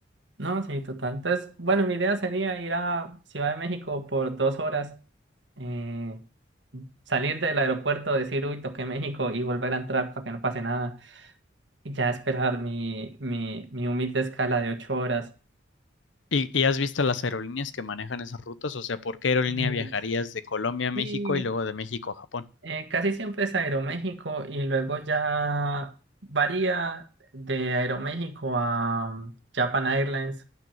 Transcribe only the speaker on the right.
No, sí, total. Entonces, bueno, mi idea sería ir a Ciudad de México por dos horas, eh, salir del aeropuerto, decir, uy, toqué México y volver a entrar para que no pase nada y ya esperar mi, mi, mi humilde escala de ocho horas.
Mm,
Sí,
eh, casi siempre es Aeroméxico y luego ya varía de Aeroméxico a um, Japan Airlines,